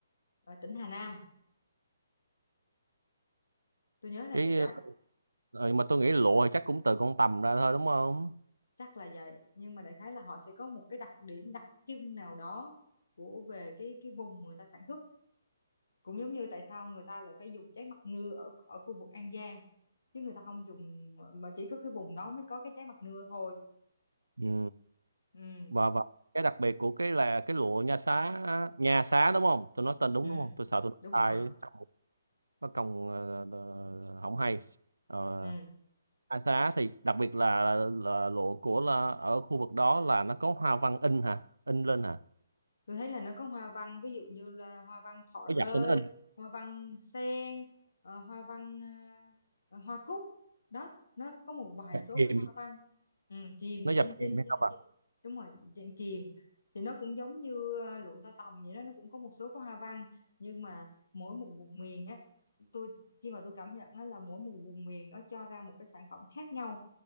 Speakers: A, on the left; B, on the right.
A: ở tỉnh Hà Nam tôi nhớ là
B: cái
A: vậy đó
B: ờ, mà tôi nghĩ lụa thì chắc cũng từ con tằm ra thôi đúng không
A: chắc là vậy nhưng mà đại khái là họ sẽ có một cái đặc điểm đặc trưng nào đó của về cái cái vùng người ta sản xuất cũng giống như tại sao người ta lại phải dùng trái mặt nưa ở ở khu vực An Giang chứ người ta không dùng mà chỉ có cái vùng đó mới có cái trái mặt nưa thôi
B: ừ.
A: ừ
B: và và cái đặc biệt của cái là cái lụa nha xá nha xá đúng không tôi nói tên đúng
A: ừ
B: đúng không tôi sợ tôi nói
A: đúng
B: sai
A: rồi
B: cộng nó cộng ờ, ờ, không hay Ờ,
A: ừ
B: nha xá thì đặc biệt là, là lụa của là ở khu vực đó là nó có hoa văn in hả in lên hả
A: tôi thấy là nó có hoa văn ví dụ như là hoa văn thọ
B: nó
A: rơi
B: dập thì nó in
A: hoa văn sen ờ, hoa văn ờ, hoa cúc đó nó có một vài
B: dập
A: số
B: kìm
A: cái hoa văn ừ, chìm
B: nó
A: ở
B: dập
A: trên
B: kìm
A: trên
B: hay
A: trên
B: sao bà
A: trên đúng rồi dạng chìm thì nó cũng giống như ờ, lụa tơ tằm vậy đó nó cũng có một số cái hoa văn nhưng mà mỗi một vùng miền á tôi khi mà tôi cảm nhận á là mỗi một vùng miền nó cho ra một cái sản phẩm khác nhau